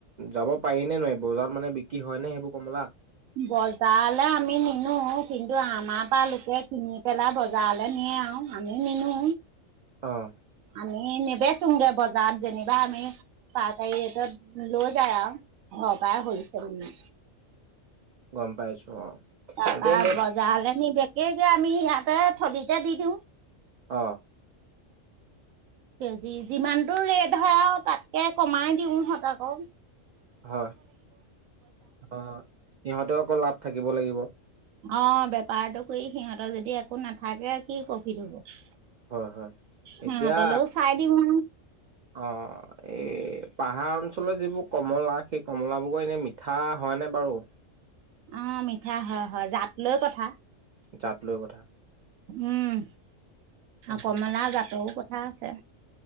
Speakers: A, on the right; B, on the right.
A: যাব পাৰি নে ন বজাৰত মানে বিক্ৰী হয় নে সেইবোৰ কমলা
B: বজাৰলৈ আমি নিনো কিন্তু আমাৰ পৰা লোকে কিনি পেলাই বজাৰলে নিয়ে। আৰু আমি নিনো
A: অঁ
B: আমি নিবেচোগে বজাৰত যেনিবা আমি পাহকাৰত লৈ যায় আৰু অ পায় হলছে ন
A: গম পাইছো অ
B: তাৰ
A: এতিয়া এনে
B: পাবজা হলে ন বেকে এই যে আমি ইহতে থলিতে দি দিওঁ।
A: অ
B: কেজি যিমানটো ৰেট হয় আৰু তাতকে কমাই দিওঁ সহঁত আকৌ
A: হয় হয় সিহঁতেও আকৌ লাভ থাকিব লাগিব।
B: অ বেপাৰতটো কৰি সিহঁতৰ যদি একো নাথাকে কি প্ৰফিট হব
A: হয় হয় এতিয়া
B: সিহঁতলৈও চাই দিম আৰু
A: অ এই পাহাৰ অঞ্চলৰ যিবোৰ কমলা সেই কমলাবোৰৰ এনেই মিঠা হয়নে বাৰু
B: অ মিঠা হয় হয় জাত লৈ কথা।
A: জাত লৈ কথা
B: উম
A: অ
B: কমলা, জাতও কথা হা <unintelligible> চ